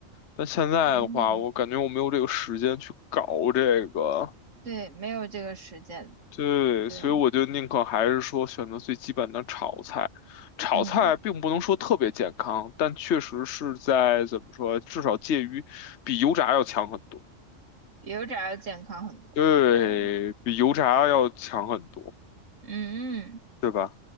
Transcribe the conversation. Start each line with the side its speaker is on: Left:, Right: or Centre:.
Left: 但现在的话，
Right: 嗯，
Left: 我感觉我没有这个时间去搞这个，
Right: 对，没有这个实践。
Left: 对，
Right: 对，
Left: 所以我就宁可还是说选择最基本的炒菜。炒菜并不能说特别健康，
Right: 嗯，
Left: 但确实是在怎么说，至少介于比油炸要强很多，
Right: 比油炸要健康很多，
Left: 对，
Right: 我觉得。
Left: 比油炸要强很多。
Right: 嗯，嗯
Left: 对吧？